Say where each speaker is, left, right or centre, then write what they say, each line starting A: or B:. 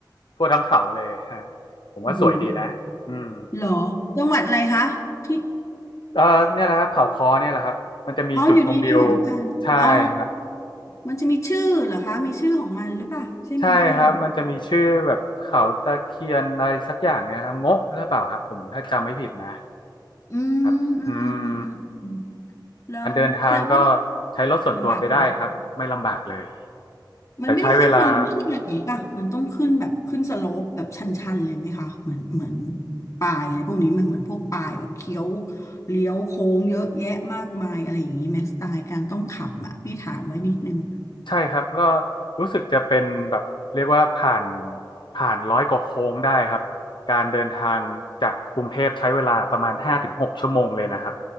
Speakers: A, on the left (about 75°); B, on the left (about 40°).
A: ทั่วทั้งเขาเลย <laughs> ฮะผมว่าสวยดีนะอืม
B: โอ้โหเหรอจังหวัดอะไรคะที่
A: เอ่อเนี่ยแหละครับเขาคอเนี่ยแหละครับมันจะมีจุดชมวิว
B: อ๋ออยู่ในนี้เหมือนกันอ๋อ
A: ใช่ครับ
B: มันจะมีชื่อเหรอคะมีชื่อของมันหรือเปล่าใช่ไหมอ่ะ
A: ใช่ครับ มันจะมีชื่อแบบเขาตะเคียนอะไรสักอย่างเนี่ยครับโงะหรือเปล่าครับผมถ้าจำไม่ผิดนะ
B: อืมอืมอืมอืมอืมอืม
A: ครับอืม
B: แล้วแสดงว่า
A: การเดินทางก็ใช้รถส่วนตัวไปได้ครับไม่ลำบากเลย
B: ลำบากไหมมันไม่ได้ขึ้นเนินขึ้นอะไรน่ป่ะมันต้องขึ้นแบบขึ้นสโลปแบบชันๆเลยไหมคะเหมือนเหมือน
A: แต่ใช้เวลา
B: ปลายอะไรพวกนี้มันเหมือนพวกปลายแบบเคี้ยวเลี้ยวโค้งเยอะแยะมากมายอะไรอย่างนี้ไหมสไตล์การต้องขับอ่ะพี่ถามไว้นิดนึง
A: ใช่ครับก็รู้สึกจะเป็นแบบเรียกว่าผ่านผ่านร้อยกว่าโค้งได้ครับการเดินทางจากกรุงเทพใช้เวลาประมาณห้าถึงหกชั่วโมงเลยนะครับ